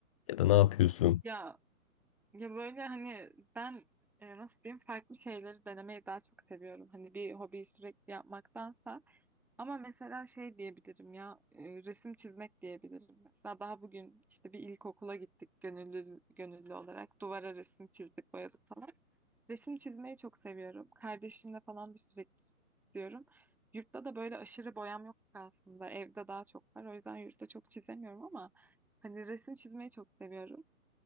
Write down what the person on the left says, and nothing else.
ya da ne yapıyorsun?